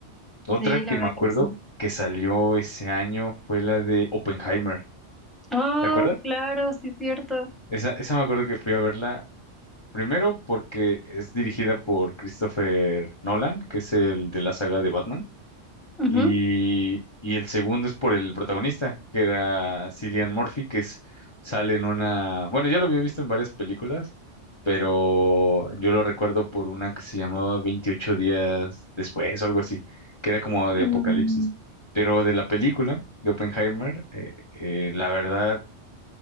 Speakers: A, on the left; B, in the centre.
A: Otra
B: Sí, la
A: que
B: verdad
A: me acuerdo
B: que sí.
A: que salió ese año fue la de Oppenheimer.
B: Oh,
A: ¿Te acuerdas?
B: claro, sí, cierto.
A: Esa, esa me acuerdo que fui a verla Primero, porque es dirigida por Christopher Nolan, que es el de la saga de Batman.
B: Ujú.
A: Y, y el segundo es por el protagonista, que era Cillian Murphy, que es, sale en una... Bueno, ya lo había visto en varias películas, pero yo lo recuerdo por una que se llamaba Veintiocho días después o algo así, que era como de
B: Mm,
A: apocalipsis. Pero de la película de Oppenheimer, eh, eh, la verdad